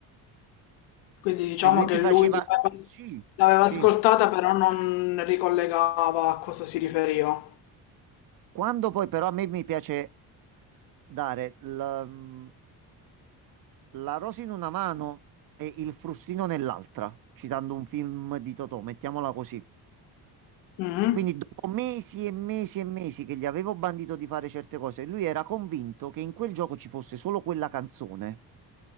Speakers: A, on the left (about 75°); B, on the right (about 50°).
A: Quindi diciamo
B: e lui
A: che
B: mi faceva
A: lui l'aveva
B: sì,
A: l'aveva
B: sì.
A: ascoltata, però non ricollegava a cosa si riferiva.
B: Quando poi però a me mi piace dare l- La rosa in una mano e il frustino nell'altra, citando un film di Totò, mettiamola così.
A: Mhm.
B: Quindi dopo mesi e mesi e mesi che gli avevo bandito di fare certe cose, lui era convinto che in quel gioco ci fosse solo quella canzone,